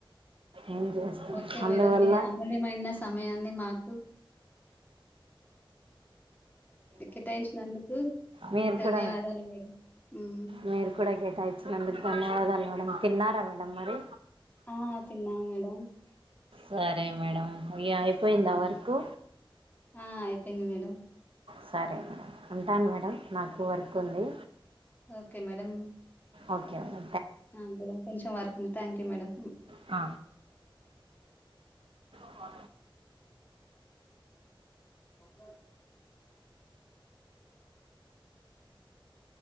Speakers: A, on the right (about 75°); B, on the left (about 20°).
A: ఏం చేస్తాం
B: ఓకే మేడం
A: అందువల్ల
B: మీ అమూల్యమైన సమయాన్ని మాకు కేటాయించినందుకు
A: మీరు
B: ధన్యవాదాలు
A: కూడా
B: మేడం హ్మ్
A: మీరు కూడా కేటాయించినందుకు ధన్యవాదాలు మేడం తిన్నారా మేడం మరి
B: ఆ తిన్నాం మేడం
A: సరే మేడం ఇ అయిపోయింద
B: సరే
A: వర్కు
B: ఆ అయిపోయింది మేడం
A: సరే మేడం ఉంటాను మేడం నాకు వర్క్ ఉంది
B: ఓకే మేడం
A: ఓకే అండి
B: ఆ మేడం కొంచెం వర్క్ ఉంది థ్యాంక్యూ మేడం
A: అ అ
B: మాట్లాడు